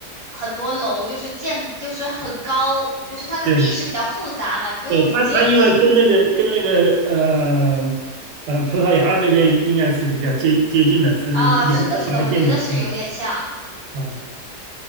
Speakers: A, on the left; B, on the right.
A: 很多楼就是建就是很高，就是它的地势比较复杂嘛，
B: 对，
A: 你就结合嗯
B: 对，他他因为跟那个跟那个呃呃葡萄牙那边应该是比较接接近的，是沿着而建的，
A: 啊是的是的，我觉得是有点像。
B: 嗯嗯，